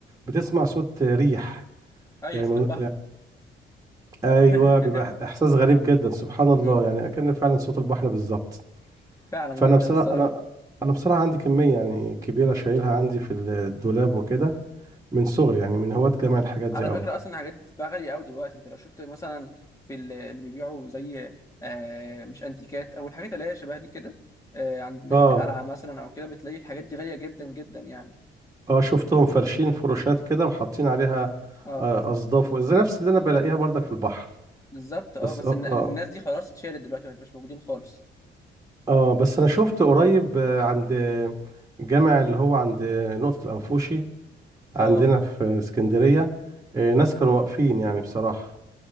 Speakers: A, on the right; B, on the left.
A: بتسمع صوت ريح
B: اي
A: يعني
B: وسط
A: من...
B: البحر
A: ايوه
B: <laughs>
A: بيبقى احساس غريب جدا سبحان الله
B: امم
A: يعني اكن فعلا صوت البحر بالظبط
B: فعلا
A: فانا
B: جدا
A: بصراحه
B: الصراحه
A: انا انا بصراحه عندي كميه يعني كبيره شايلها عندي في الدولاب وكده من صغري يعني من هواة جمع الحاجات دي
B: على
A: قوي
B: فكره اصلا الحاجات دي بتبقى غاليه قوي دلوقتي انت لو شفت مثلا في ال- اللي بيبيعوا زي آه مش انتيكات او الحاجات اللي هي شبه دي كده آه عند ناحيه
A: اه
B: القلعه مثلا او كده بتلاقي الحاجات دي غاليه جدا جدا يعني
A: اه شفتهم فرشين فروشات كده وحاطين عليها
B: اه
A: آه، اصداف زي نفس اللي انا بلاقيها برضك في البحر
B: بالظبط اه
A: بس
B: بس
A: اه
B: الن-
A: اه
B: الناس دي خلاص اتشالت دلوقتي مش موجودين خالص
A: اه بس انا شفت قريب آه، عند جامع اللي هو عند نقطة الأنفوشي عندنا
B: اه
A: في اسكندرية آه، ناس كانوا واقفين يعني بصراحة